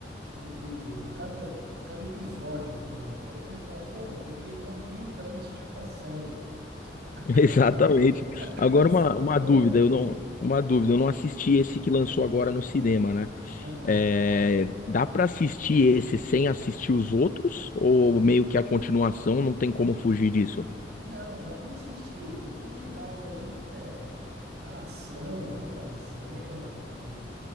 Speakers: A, on the right; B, on the left.
A: o, o- cada, cada episódio, por exemplo. Aí você fala, porra, eu fiquei então 30 anos assistindo uma série. <laughs>
B: <laughs>
A: A
B: exatamente.
A: cada, a cada
B: Agora
A: cinco
B: uma, uma dúvida,
A: anos.
B: eu não, uma dúvida, eu não assisti esse que lançou agora no cinema, né?
A: Aham.
B: É, dá pra assistir esse sem assistir os outros? Ou meio que a continuação não tem como fugir disso?
A: Não, dá para assistir, porque o legal ali é a ação, né? As cenas, o,